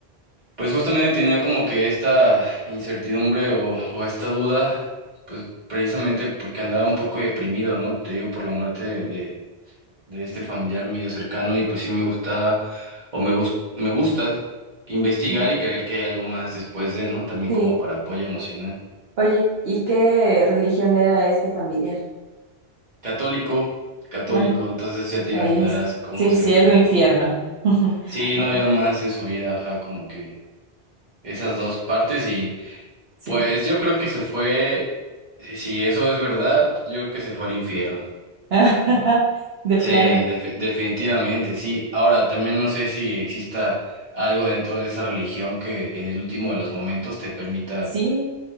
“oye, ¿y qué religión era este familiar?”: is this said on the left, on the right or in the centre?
Right